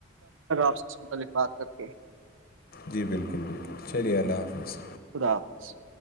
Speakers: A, on the right; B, on the left.
A: آپ سے متعلق بات کر کے
B: جی بالکل بالکل چلیے اللہ حافظ
A: خدا حافض